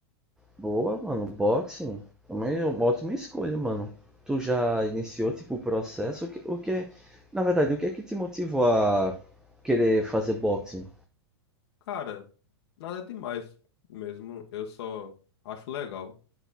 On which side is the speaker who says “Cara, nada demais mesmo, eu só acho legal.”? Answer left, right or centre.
Left